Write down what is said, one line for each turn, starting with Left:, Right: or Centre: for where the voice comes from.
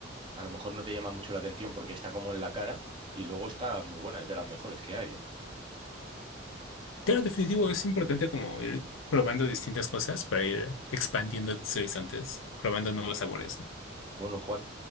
Right: a lo mejor no te llama mucho la atención porque está como en la cara y luego está muy buena, es de las mejores que hay, ¿eh?
Left: Pero definitivo es importante como ir probando distintas cosas para ir expandiendo tus horizontes, probando nuevos sabores.
Right: Bueno, Juan,